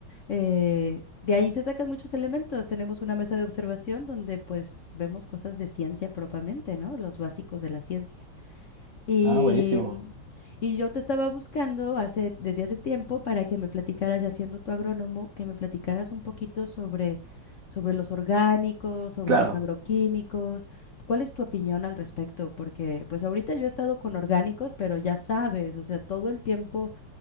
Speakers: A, on the left; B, on the right.
A: eh, de ahí se sacan muchos elementos. Tenemos una mesa de observación donde pues vemos cosas de ciencia propiamente, ¿no? Los básicos de la ciencia. Y,
B: Ah, buenísimo.
A: mm, y yo te estaba buscando hace, desde hace tiempo para que me platicaras, ya siendo tu agrónomo, que me platicaras un poquito sobre, sobre los orgánicos, sobre
B: Claro.
A: los agroquímicos. ¿Cuál es tu opinión al respecto? Porque pues ahorita yo he estado con orgánicos, pero ya sabes, o sea, todo el tiempo